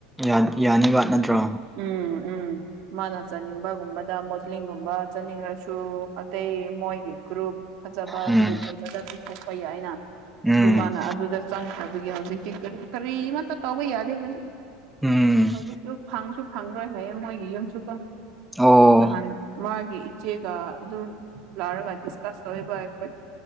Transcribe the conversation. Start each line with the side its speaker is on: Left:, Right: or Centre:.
Centre: ꯌꯥ ꯌꯥꯅꯤꯕ ꯅꯠꯇ꯭ꯔꯣ
Right: ꯎꯝ ꯎꯝ ꯃꯥꯅ ꯆꯥꯅꯤꯡꯕꯒꯨꯝꯕꯗ ꯃꯣꯗꯂꯤꯡꯒꯨꯝꯕ ꯆꯥꯅꯤꯡꯂꯁꯨ ꯑꯇꯩ ꯃꯣꯏꯒꯤ ꯒ꯭ꯔꯨꯞ ꯐꯖꯕ
Centre: ꯎꯝ
Right: ꯒ꯭ꯔꯨꯞꯒꯨꯝꯕꯗ ꯄꯤꯊꯣꯛꯄ ꯌꯥꯏ ꯑꯅ
Centre: ꯎꯝ
Right: ꯑꯗꯨ ꯃꯥꯅ ꯑꯗꯨꯗ ꯆꯪꯈ꯭ꯔꯕꯒꯤ ꯍꯧꯖꯤꯛꯇꯤ ꯀꯔꯤ ꯀꯔꯤꯃꯇ ꯇꯧꯕ ꯌꯥꯗꯦ ꯍꯥꯏ
Centre: ꯎꯝ
Right: ꯍꯧꯖꯤꯛ ꯁꯨ ꯐꯪꯗ꯭ꯔꯣꯏ ꯍꯥꯏꯌꯦ ꯃꯣꯏꯒꯤ ꯌꯨꯝꯁꯨꯀ
Centre: ꯑꯣ
Right: ꯅꯍꯥꯟ ꯃꯥꯒꯤ ꯆꯦꯒ ꯑꯗꯨꯝ ꯂꯥꯔꯒ ꯗꯤꯁꯀꯥꯁ ꯇꯧꯕ ꯑꯩꯈꯣꯏ